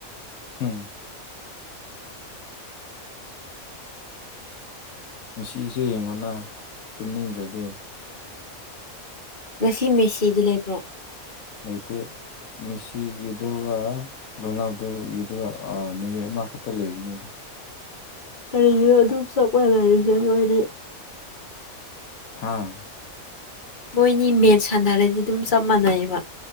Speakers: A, on the left; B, on the left.
A: ꯍꯨꯝ ꯉꯁꯤꯁꯨ ꯌꯦꯡꯉꯣꯅ ꯇꯨꯝꯅꯤꯡꯗ꯭ꯔꯗꯤ
B: ꯉꯁꯤ ꯃꯦꯁꯤꯒꯤ ꯂꯩꯕ꯭ꯔꯣ
A: ꯂꯩꯇꯦ ꯃꯤꯁꯤꯒꯗꯨꯔ ꯔꯣꯅꯥꯜꯗꯣꯒꯤꯗꯨꯔ ꯑꯥ ꯅꯨꯃꯤꯠ ꯑꯃ ꯈꯛꯇ ꯂꯩꯕꯅꯤꯗ
B: ꯀꯔꯤꯒꯤꯅꯣ ꯑꯗꯨꯝ ꯆꯞ ꯃꯥꯟꯅꯔꯤꯁꯦ ꯃꯣꯏꯅꯤ
A: ꯍꯥꯥ
B: ꯃꯣꯏꯅꯤ ꯃꯦꯠꯁ ꯁꯥꯟꯅꯔꯗꯤ ꯑꯗꯨꯝ ꯆꯞ ꯃꯥꯟꯅꯩꯕ